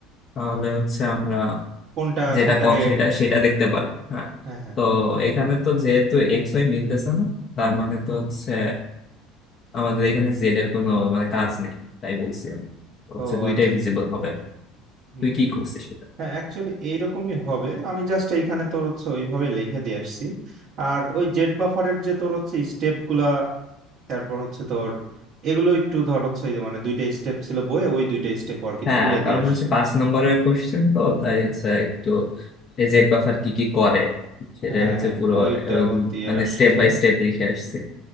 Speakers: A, on the left (about 40°); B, on the right (about 50°).
A: তাহলে হচ্ছে আমরা
B: কোনটা
A: যেটা
B: কোনটাকে
A: কম সেটা সেটা দেখতে পারবো হ্যাঁ
B: হ্যাঁ হ্যাঁ
A: তো এখানে তো যেহেতু এক্স ওয়াই মিলতেছে না তার মানে তো হচ্ছে আমাদের এখানে জেড এর কোনো মানে কাজ নেই তাই বলছি আমি তো
B: ও
A: হচ্ছে দুইটাই
B: আচ্ছা আচ্ছা
A: ভিজিবল হবে
B: হুম
A: তুই কি
B: হুম
A: করছিস সেটা
B: হ্যাঁ অ্যাকচুয়ালি এইরকমই হবে আমি জাস্ট এইখানে তোর হচ্ছে ওইভাবে লিখে দিয়ে আসছি আর ওই জেট বাফারের যে তোর হচ্ছে স্টেপ গুলা তারপর হচ্ছে তোর এগুলো একটু ধর হচ্ছে ওই যে মানে দুইটা স্টেপ ছিল বইয়ে ওই দুইটা স্টেপ আর কি
A: হ্যাঁ
B: তুলে
A: কারণ
B: দিয়ে আসছি
A: হচ্ছে পাঁচ নম্বরের কোশ্চেন তো তাই হচ্ছে একটু এই জেড বাফার কি কি করে সেটাই
B: হ্যাঁ
A: হচ্ছে
B: হ্যাঁ
A: পুরো
B: ওইটাও
A: আহ,
B: দিয়ে
A: মানে
B: আসছি
A: স্টেপ বাই স্টেপ লিখে আসছি